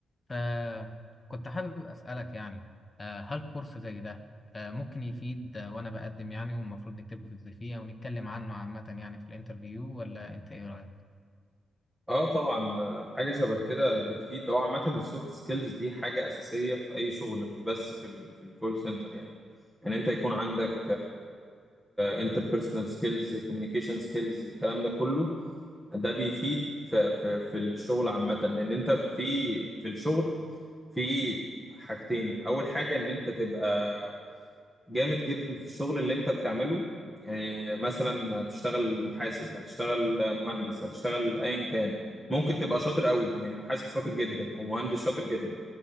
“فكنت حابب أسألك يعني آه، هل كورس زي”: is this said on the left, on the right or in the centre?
Left